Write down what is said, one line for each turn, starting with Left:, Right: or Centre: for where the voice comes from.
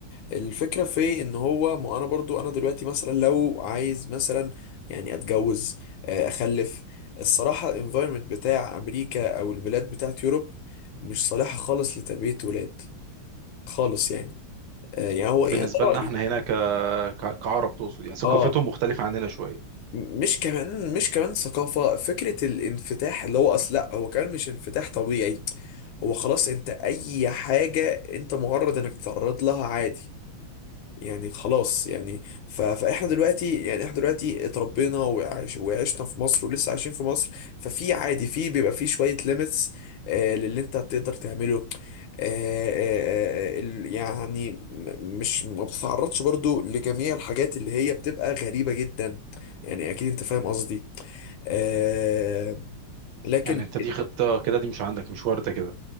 Left: الفكرة في ان هو ما انا برضو انا دلوقتي مثلا لو عايز مثلا يعني اتجوز آه، اخلف الصراحة الانفايرمنت بتاع امريكا او البلاد بتاعت يوروب مش صالحة خالص لتربية ولاد خالص يعني آه، يعني هو يعني
Right: بالنسبة
Left: ده
Right: لنا
Left: رأيي
Right: احنا هنا ك... ك... كعرب تقصد يعني ثقافتهم
Left: اه
Right: مختلفة عننا شوية
Left: م- مش كمان مش كمان ثقافة فكرة الانفتاح اللي هو اصل لا هو كمان مش انفتاح طبيعي هو خلاص انت اي حاجة انت مجرد انك تتعرض لها عادي يعني خلاص يعني ف... فاحنا دلوقتي يعني احنا دلوقتي اتربينا وعش... وعشنا في مصر ولسه عايشين في مصر ففي عادي في بيبقى في شوية ليميتس آه للي انت هتقدر تعمله آه آه آه ال- يعني م- مش ما بتتعرضش برضو لجميع الحاجات اللي هي بتبقى غريبة جدا يعني اكيد انت فاهم قصدي آه لكن
Right: يعني أنت دي خطة كده دي مش عندك مش واردة كده